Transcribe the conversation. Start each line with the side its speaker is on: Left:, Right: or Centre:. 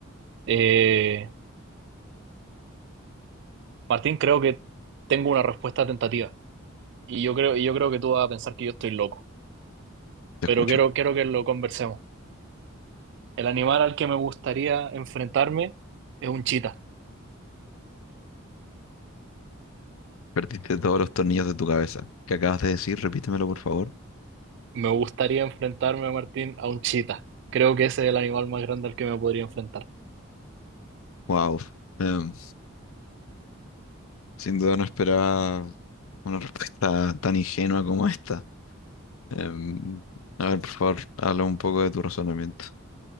Right: Eh, Martín, creo que tengo una respuesta tentativa. Y yo creo, y yo creo que tú vas a pensar que yo estoy loco.
Left: Te escucho.
Right: Pero quiero, quiero que lo conversemos. El animal al que me gustaría enfrentarme es un chita.
Left: Perdiste todos los tornillos de tu cabeza. ¿Qué acabas de decir? Repítemelo, por favor.
Right: Me gustaría enfrentarme, Martín, a un chita. Creo que ese es el animal más grande al que me podría enfrentar.
Left: Wow, em, sin duda no esperaba una respuesta tan ingenua como esta. Em, a ver, por favor, habla un poco de tu razonamiento.